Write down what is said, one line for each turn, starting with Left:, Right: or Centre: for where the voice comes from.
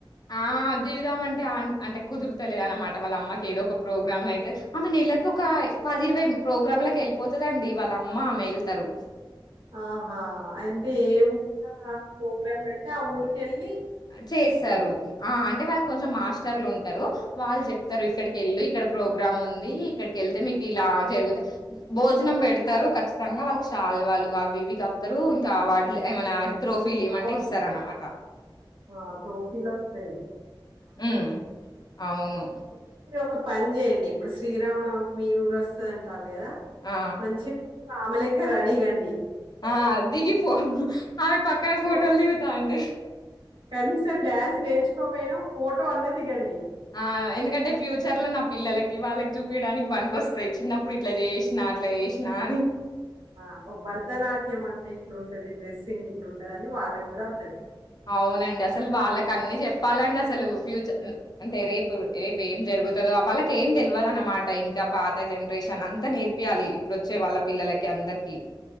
Left: ఆ దీగుదామంటే అంటే కుదురతలేద అనమాట వాళ్ళ అమ్మకి ఏదో ఒక ప్రోగ్రామ్ అయితే ఆమె నెలలకుకి ఒక పది ఇరవై ప్రోగ్రామ్ కి వెళ్ళిపోతుదండి వాళ్ళ అమ్మ ఆమె వెళ్తారు
Right: ఆహా అంటే ఏ ప్రోగ్రామ్ బ పెడితే ఆ ఊకెల్
Left: చేస్తారు ఆ అంటే వారి కొంచెం మాస్టర్లు ఉంటారు వాళ్ళు చెప్తారు ఇక్కడికిళ్ళు ఇక్కడ ప్రోగ్రామ్ ఉంది ఇక్కడికి వెళ్తే మీకు ఇలా జరుగుతా భోజనం పెడతారు ఖచ్చితంగా వాళ్ళకి చల్ వాళ్ళు అవి ఇవి కపుతారు ఇంకా వాటి ఏమైనా త్రోఫీ ఇయ్యమంటే
Right: అవార్డులిస్తారు.
Left: ఇస్తారనమాట
Right: ఆ ట్రోఫిలోస్తాయ్
Left: హుమ్ అవును
Right: అయితే మీరు ఒక పని చేయండి ఇప్పుడు శ్రీరామ నవమి మీ ఊరు వస్తదంటరు గదా
Left: ఆ!
Right: మంచి ఆమేలెక్క రడి కండి
Left: ఆ దిగి ఫో ఆమె పక్కన
Right: ఫో
Left: ఫోటోల్దిగుతాండి <inaudible>
Right: కనీసం డ్యాన్స్ నేర్చుకోపోయినా ఫోటో అన్న దిగండి
Left: ఆ ఎందుకంటే ఫ్యూచర్ లో నా పిల్లలకి వాళ్ళకి చూపియడానికి వనక్ వస్తాయి చిన్నప్పుడు ఇట్లా చేసినా అట్లా చేసినా అని
Right: ఆ ఒ భరతనాట్యం అంటే ఇట్లుంటది డ్రెస్సింగ్ ఇట్లుంటది అని వాళ్ళకి కూడా అర్థమై
Left: అవునండి అసలు వాళ్ళకన్ని చెప్పాలండి అసలు ఫ్యూచర్ అంటే
Right: ఆ!
Left: రేపు రేపు ఏం జరుగుతు తదో వాళ్ళకి ఏం తెలియాలన్నమాట ఇంకా పాత జనరేషన్ అంతా నేర్పియాలి ఇప్పుడు వచ్చే వాళ్ళ పిల్లలకి అందరికి